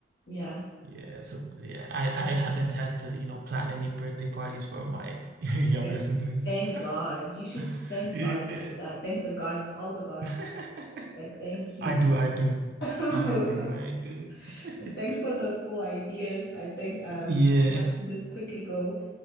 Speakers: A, on the left; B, on the right.
A: yeah.
B: Yeah, so yeah, I I haven't had to, you know, plan any birthday parties for my <laughs> younger
A: Yes.
B: siblings.
A: Thank God. You should
B: <laughs>
A: thank
B: Yeah.
A: God for that. Thank the gods, all the gods.
B: <laughs>
A: Like, thank you.
B: I do, I do,
A: <laughs>
B: I do, I do. <laughs>
A: But Thanks for the cool ideas. I think um
B: Yeah,
A: I have to just quickly go